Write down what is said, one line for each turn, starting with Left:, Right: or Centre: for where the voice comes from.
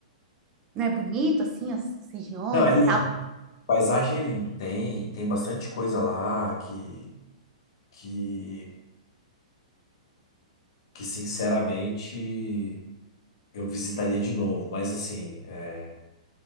Right: Não é bonito, assim, as regiões
Left: Não, é lindo.
Right: e tal?
Left: Paisagem é lindo. Tem, tem bastante coisa lá que, que, que sinceramente eu visitaria de novo. Mas assim, é,